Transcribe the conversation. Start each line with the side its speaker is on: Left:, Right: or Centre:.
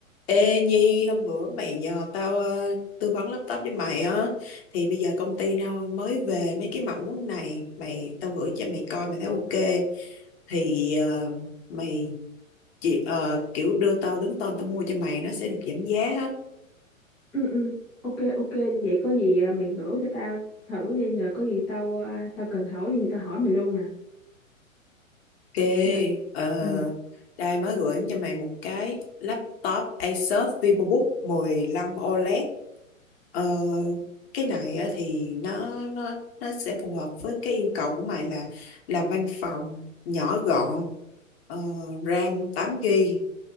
Left: Ê Nhi, hôm bữa mày nhờ tao ờ, tư vấn laptop với mày á thì bây giờ công ty tao mới về mấy cái mẫu này mày tao gửi cho mày coi mày thấy ok thì ờ, mày chị ờ, kiểu đưa tao đứng tên tao mua cho mày nó sẽ được giảm giá á.
Centre: ừ ừ ok ok vậy có gì à, mày gửi cho tao thử đi rồi có gì tao à, tao cần hỏi gì thì tao hỏi mày luôn nè
Left: Ok,
Centre: dạ
Left: ờ,
Centre: ừ
Left: đây mới gửi cho mày một cái laptop Asus VivoBook 15 OLED Ờ, cái này á, thì nó nó nó sẽ phù hợp với cái yêu cầu của mày là làm văn phòng nhỏ gọn ờ, RAM 8GB